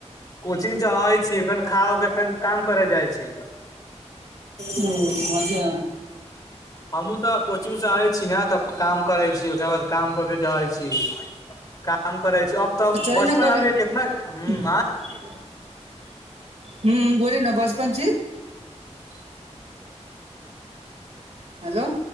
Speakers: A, on the left; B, on the right.
A: कोचिंग स आईछी फेर खा उ के फेर काम करे जाइ छी
B: हूं अच्छा
A: हमहुूँ तऽ कोचिंग से आइछी ने तऽ काम करै छी ओकर बाद काम क के जब आइ छी काम करै छै अब तऽ
B: चली
A: बचपन
B: ने कल
A: मे कितना ह
B: <unintelligible> हूं बोली ने बचपन छी
A: <inaudible>
B: हेलो